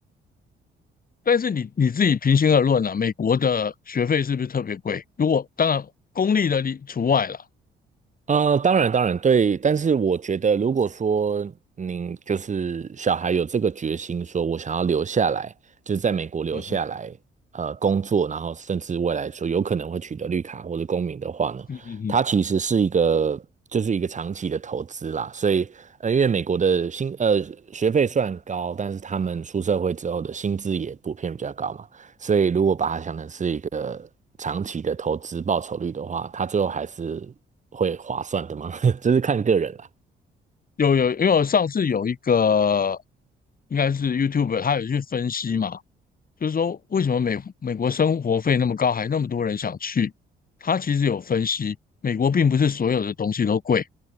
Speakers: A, on the left; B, on the right.
A: 但是你你自己平心而论啊，美国的学费是不是特别贵？如果当然公立的例除外了，
B: 呃，当然，当然，对，但是我觉得，如果说您就是小孩有这个决心，说我想要留下来，就是在美国留下来，
A: 嗯哼，
B: 呃，工作，然后甚至未来说有可能会取得绿卡或者公民的话呢，
A: 嗯嗯嗯，
B: 它其实是一个就是一个长期的投资啦。所以，呃，因为美国的薪呃学费虽然高，但是他们出社会之后的薪资也普遍比较高嘛。所以如果把它想成是一个长期的投资报酬率的话，它最后还是会划算的吗？<laughs> 这是看个人啦。
A: 有有，因为我上次有一个应该是 YouTube，他有去分析嘛，就是说为什么美美国生活费那么高，还那么多人想去？他其实有分析，美国并不是所有的东西都贵。